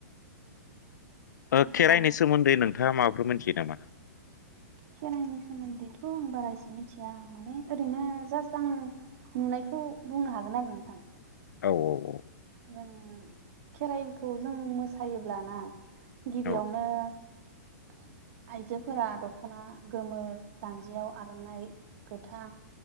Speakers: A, on the left (about 85°); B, on the right (about 55°).
A: ओ
B: गोबाव
A: खेराइनि सोमोन्दै नोंथांङा माबाफोर मिथियो नामा?
B: खेराइनि सोमोन्दैथ' आं बारा एसे मिथिया माने ओरैनो जास आं नुनायखौ बे खौ बुंनो हागोन आरो नोंथां,
A: औ औ औ
B: नों खेराइखौ जों मोसायोब्लाना गिबियावनो
A: औ
B: <inaudible> आइजोफोरा दख'ना गोमो, जान्जियाव आर'नाइ गोथां,